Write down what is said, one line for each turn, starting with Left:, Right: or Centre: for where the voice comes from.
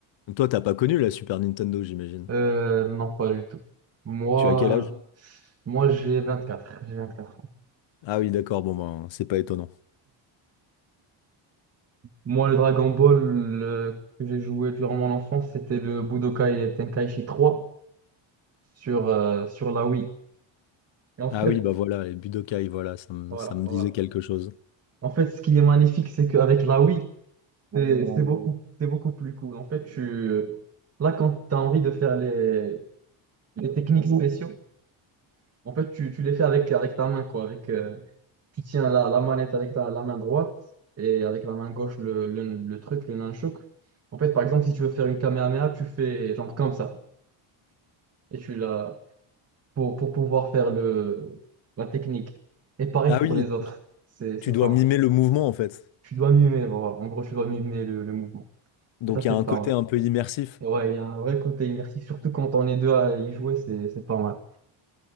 Left: Donc toi, t'as pas connu la Super Nintendo, j'imagine.
Right: Euh, non, pas du tout. Moi,
Left: Tu as quel âge?
Right: euh, moi j'ai 24. J'ai 24.
Left: Ah oui, d'accord, bon ben, c'est pas étonnant.
Right: Moi, le Dragon Ball le- que j'ai joué durant mon enfance, c'était le Budokai Tenkaichi trois sur, euh, sur la Wii. Et en fait,
Left: Ah oui, bah voilà, les Budokai, voilà, ça me,
Right: voilà,
Left: ça me
Right: voilà.
Left: disait quelque chose.
Right: En fait, ce qui est magnifique, c'est qu'avec la Wii, c'est c'est Oh. beaucoup, c'est beaucoup plus cool. En fait, tu, là, quand tu as envie de faire les, les techniques spéciaux, en fait, tu, tu les fais avec, avec ta main, quoi. Avec, euh, tu tiens la, la manette avec la, la main droite et avec la main gauche, le, le, le truc, le nunchuk. En fait, par exemple, si tu veux faire une Kamehameha, tu fais genre comme ça. et tu l'as pour, pour pouvoir faire le, la technique. Et pareil
Left: Ah
Right: pour
Left: oui,
Right: les autres, c'est, c'est
Left: tu dois
Right: pas
Left: mimer
Right: mal.
Left: le mouvement en fait.
Right: Tu dois mimer, voilà. En gros, tu dois mimer le, le mouvement.
Left: Donc
Right: Et ça, c'est
Left: il y a un
Right: pas
Left: côté
Right: mal.
Left: un peu immersif.
Right: Et ouais, il y a un vrai côté immersif, surtout quand on est deux à y jouer, c'est, c'est pas mal.